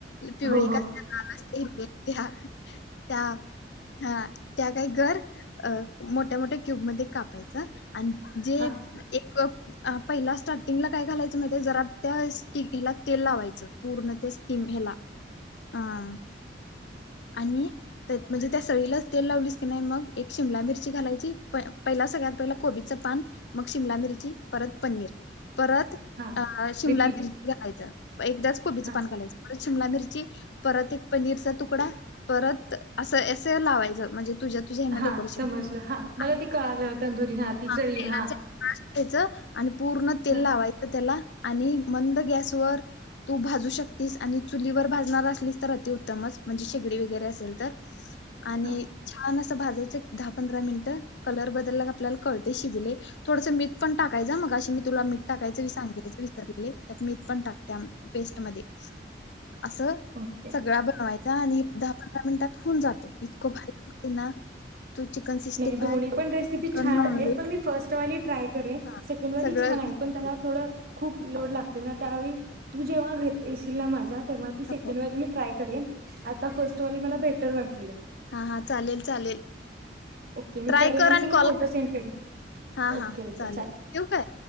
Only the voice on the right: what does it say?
हो
हो
हा
हा
रिपीट
हा
हा
समजलं हा
मला ते कळालं तंदुरी हा ती चळी हा
हा
हा
ओके
नाही दोन्ही
पण रेसिपी
छान
आहेत पण मी फर्स्टवाली ट्राय करेन
सेकंडवाली
छान आहे
पण त्याला थोडं खूप लोड लागत त्यावेळी तू जेव्हा घ <unintelligible> येशील ना माझ्यात तेव्हा ती सेकंड
वाली मी ट्राय करेन आता फर्स्ट वालीला भेट तर वाटली
ओके मी
करेन
तुला
फोटो सेंड करेन
ओके
ओके